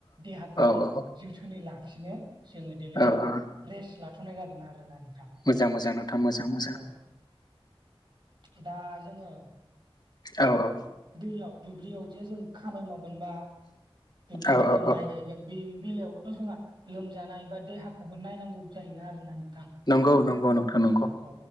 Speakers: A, on the right; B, on the left.
A: देहाखौहाय
B: औ औ
A: जो बोथोनै लाखिनो जोङो दिनै
B: औ औ
A: रेस्ट लाथ'नाय जादों आरोना नोंथां।
B: मोजां मोजां। थां मोजां। मोजां
A: अ दा जोङो
B: औ औ।
A: दैयाव दुब्लियाव जे जों खामाय मावगोनबा दुब्लियाव
B: औ
A: जोङो
B: औ औ
A: माइ गाय बे बेलायावबोथ' जोंहा लोमजानाय बा देहाखौबो नायनांगौ जायोना आरोना नोंथां।
B: नंगौ नंगौ नोंथ नंगौ।
A: अ